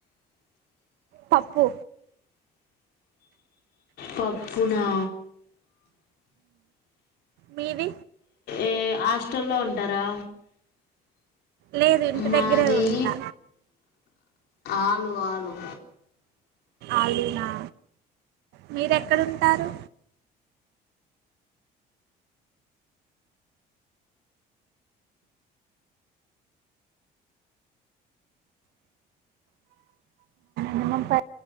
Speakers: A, on the right; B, on the left.
A: పప్పు
B: పప్పు నా
A: మీది
B: ఏ హాస్టల్లో ఉంటారా
A: లేదు ఇంటి
B: మది
A: దగ్గరే ఉంటా
B: ఆలు ఆలు
A: అలుూనా మీరు ఎక్కడుంటారు నిమపై